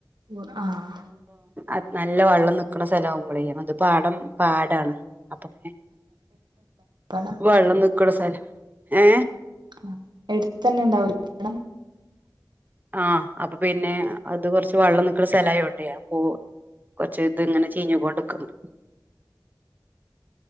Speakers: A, on the right; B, on the right.
A: ഉം ആഹ്.
B: അത്‌ നല്ല വള്ളം നിക്ക്ണ സ്ഥലാവുമ്പളെ ഞങ്ങള്ത് പാടം പാടാണ്. അപ്പ അങ്ങനെ
A: പടം
B: വള്ളം ന്ന്ക്ക്ണ സ്ഥലാ ഏ.
A: ആ എടുത്തന്നെ ഉണ്ടാവുലെ. <unintelligible>
B: ആഹ അപ്പൊ പിന്നെ അത് കൊറച്ച് വെള്ളം നിക്കുന്ന സ്ഥല കൊറച്ച ഇത് ഇങ്ങനെ ചീഞ്ഞു കൊണ്ടക്കണ്ട് <unintelligible>